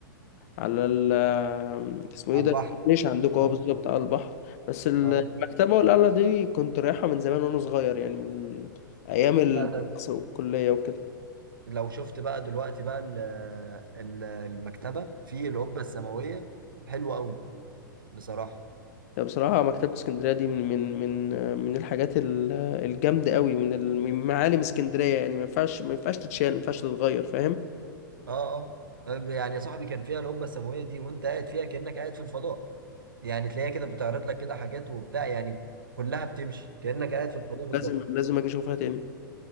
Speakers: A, on the left; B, on the right.
A: على ال اسمه
B: على
A: ايه ده
B: البحر
A: مش عندكم
B: اه
A: اه بالظبط على البحر بس المكتبة
B: اه
A: والقلعة دي كنت رايحها من زمان وانا صغير يعني من ايام المدرسة
B: لا ده
A: والكلية وكده
B: لو شفت بقى دلوقتي بقى ال- ال- المكتبة في القبة السماوية حلوة قوي بصراحة
A: يعني بصراحة مكتبة اسكندرية دي من من من آه، من الحاجات ال- آه، الجامدة قوي من ال- من معالم اسكندرية يعني ما ينفعش ما ينفعش تتشال ما ينفعش تتغير فاهم
B: اه اه طيب يعني يا صاحبي كان فيها القبة السماوية دي وانت قاعد فيها كأنك قاعد في الفضاء يعني تلاقيها كده بتعرض لك كده حاجات وبتاع يعني كلها بتمشي كأنك قاعد في الفضاء بالظبط
A: لازم لازم اجي اشوفها تاني